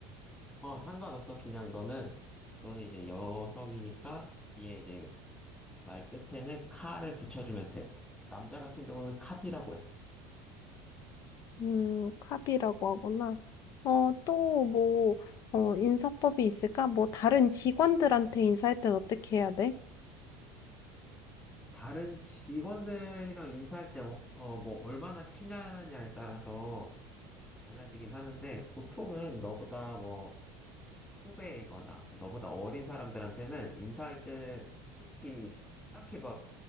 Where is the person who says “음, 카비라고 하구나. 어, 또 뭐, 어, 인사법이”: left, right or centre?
Left